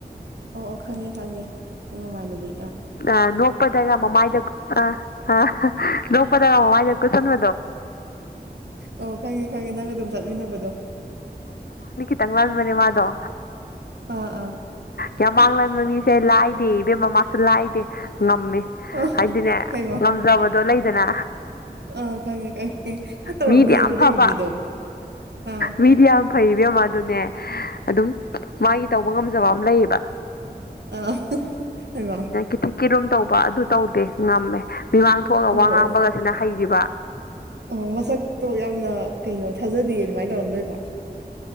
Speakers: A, on the right; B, on the left.
A: ꯑꯣ ꯑꯣ ꯈꯪꯉꯦ ꯈꯪꯉꯦ ꯌꯥꯝ ꯅꯨꯡꯉꯥꯏꯅꯕꯤ
B: ꯑ ꯅꯣꯛꯄꯗꯒ ꯃꯃꯥꯏꯗ ꯑ ꯄꯗ ꯋꯥꯅ ꯀꯁꯟꯗꯣ
A: ꯑꯣ ꯈꯪꯉꯦ ꯈꯪꯉꯦ ꯅꯪ ꯑꯗꯨꯝ ꯆꯠꯃꯤꯟꯅꯕꯗꯣ
B: ꯀꯪꯂꯪꯂꯥꯟ ꯃꯅꯦ ꯃꯥꯗꯣ
A: ꯑ ꯑꯥ
B: ꯌꯥꯝ ꯃꯥꯡꯍꯟꯕ ꯃꯤꯁꯦ ꯂꯥꯏꯗꯦ ꯏꯕꯦꯝ ꯃꯃꯥꯁꯨ ꯂꯥꯏꯗꯦ ꯉꯝꯃꯤ
A: ꯑ
B: ꯍꯥꯏꯗꯤꯅꯦ
A: ꯍꯩꯃ
B: ꯉꯝꯖꯕꯗꯣ ꯂꯩꯗꯅ
A: ꯑꯥ ꯈꯪꯉꯦ ꯈꯪꯉꯦ ꯈꯔ ꯇꯧꯔꯅꯦ
B: ꯃꯤꯗꯤ ꯌꯥꯝ
A: ꯃꯗꯩ
B: ꯐꯕ
A: ꯅꯨꯄꯤꯗꯣ ꯑꯥ
B: ꯃꯤꯗꯤ ꯌꯥꯝ ꯐꯩꯕꯦꯝ ꯃꯥ ꯑꯗꯨꯅꯦ ꯑꯗꯨꯝ ꯃꯥꯒꯤ ꯇꯧꯕ ꯉꯝꯖꯕ ꯑꯃ ꯂꯩꯌꯦꯕ
A: ꯑ ꯑꯃ
B: ꯏꯤꯊꯤꯛꯀꯤ ꯔꯨꯝ ꯇꯧꯕ ꯑꯗꯨ ꯇꯧꯗꯦ ꯉꯝꯃꯦ ꯃꯤꯃꯥꯡ ꯊꯣꯛꯑꯒ
A: ꯑꯣ
B: ꯋꯥ ꯉꯥꯡꯕꯒꯁꯤꯅ
A: ꯑꯣ
B: ꯍꯩꯈꯤꯕ
A: ꯑꯣ ꯃꯁꯛꯇꯣ ꯌꯥꯝꯅ ꯀꯩꯅꯣ ꯊꯥꯖꯗꯌꯦ ꯑꯗꯨꯃꯥꯏꯅ ꯇꯧꯔꯝꯗꯣꯏꯕ